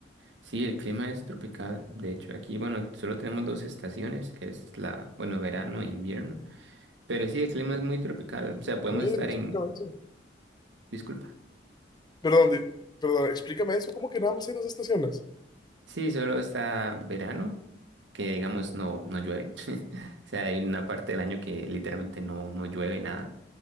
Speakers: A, on the right; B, on the left.
A: Sí, el clima es tropical. De hecho, aquí, bueno, solo tenemos dos estaciones, que es la, bueno, verano e invierno. Pero sí, el clima es muy tropical. O sea, podemos
B: A ver,
A: estar
B: explícame
A: en...
B: eso.
A: Disculpa.
B: Perdón, di- perdón, explícame eso. ¿Cómo que nada más hay dos estaciones?
A: Sí, solo está verano, que digamos no, no llueve. <laughs> O sea, hay una parte del año que literalmente no, no llueve nada.